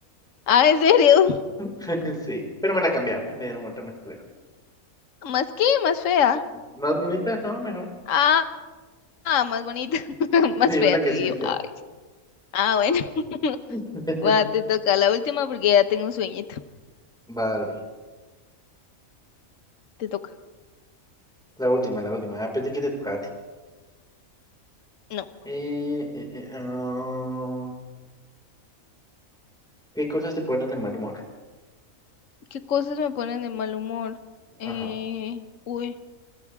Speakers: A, on the left; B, in the centre.
A: Ah, ¿en serio?
B: <laughs> Sí. Pero me la cambiaron, y me dieron otra más clara.
A: ¿Más qué? ¿Más fea?
B: Más bonita, no, mejor.
A: Ah, ah, más bonita. <laughs> Más
B: Sí,
A: fea,
B: una que
A: te digo.
B: sí me queda.
A: Ay. Ah, bueno. <laughs>
B: <laughs>
A: Va, te toca la última porque ya tengo un sueñito.
B: Va, dale, pues.
A: Te toca.
B: La última, la última. Ah, pensé que te tocaba
A: No.
B: Eh, eh, eh, ah, ¿qué cosas te ponen de mal humor?
A: ¿Qué cosas me ponen de mal humor? Eh,
B: Ajá.
A: uy,